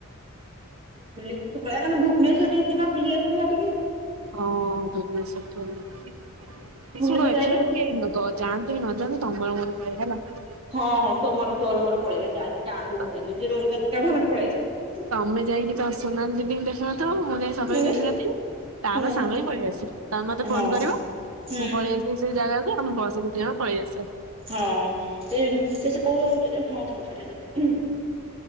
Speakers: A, on the right; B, on the right.
A: ବୁଲିକି ଟିକେ ପଳେଇବା ନହେଲେ ଭୁବନେଶ୍ୱର ଟିକେ ଯିବା ବୁଲି ଆସିବା ଟିକେ
B: ହଁ ଭୁବନେଶ୍ୱର <unintelligible> ହେ
A: ଭୁବନେଶ୍ୱର
B: ଶୁଣ ଏଥରକ
A: ଯାଇକି
B: କେହି <unintelligible> ଯାଆନ୍ତୁ କି ନ ଯାଆନ୍ତୁ ତମର ମୋର ପଳେଇବା ହେଲା।
A: ହଁ ହଁ ତମର ତୋର ମୋର ପଳେଇବା ଯାଆନ୍ତୁ- ଯାଆନ୍ତୁ କି
B: ତ-
A: ନ ଯାଆନ୍ତୁ ଯିଏ ରୋଲ୍ କାଢୁଚି କାଢୁ ଆମେ ହେଥୁ ପଳେଇ ଆସିବା ବୁଲିକି ହୁଁ
B: ମୁଁ ଯାଇଁକି ତମେ ସୋନାଲି ଦିଦିଙ୍କୁ ଦେଖା କରିଦବ ମୁଁ ଯାଇଁ ତମେ
A: ହୁଁ
B: ବି ଦେଖା କରିଦିଅ ତାପରେ
A: ହୁଁ
B: ସାଙ୍ଗ ହେଇକି ପଳେଇ ଆସିବା ତମେ ମତେ ଫୋନ
A: ହଁ
B: କରିବ
A: ହୁଁ
B: ମୁଁ ପଳେଇ ଆସ ସେଇ ଜାଗାକୁ ଆମେ ବସ୍ ରେ ଦି ଜଣ ପଳେଇଆସିବା।
A: ହଁ ସେଇ ଯୋଉ ଏ ସେ କୋଉଠି ରହୁଛି? ଏ ହଁ ଥାଉ ସେଇଟ ଯାଉ